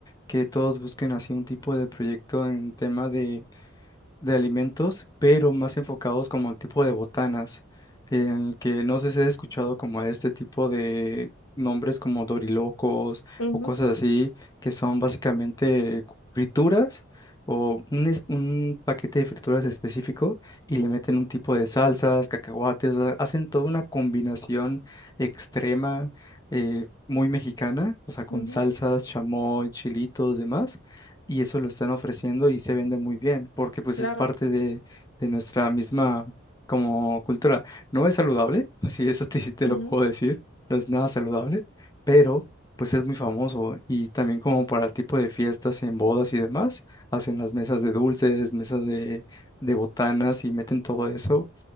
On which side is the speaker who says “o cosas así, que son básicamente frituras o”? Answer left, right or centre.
Left